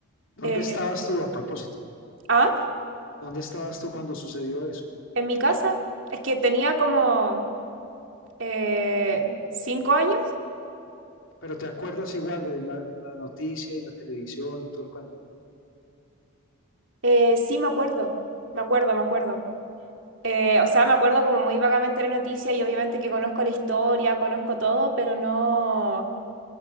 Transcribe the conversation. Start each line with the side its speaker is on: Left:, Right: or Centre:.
Left: ¿Dónde
Right: Eh,
Left: estabas tú a propósito?
Right: ah,
Left: ¿Dónde estabas tú cuando sucedió eso?
Right: en mi casa, es que tenía como eh, cinco años.
Left: Pero te acuerdas igual de la, la noticia y la televisión y todo el cuento.
Right: Eh, sí, me acuerdo, me acuerdo, me acuerdo. Eh, o sea, me acuerdo como muy vagamente la noticia y obviamente que conozco la historia, conozco todo, pero no.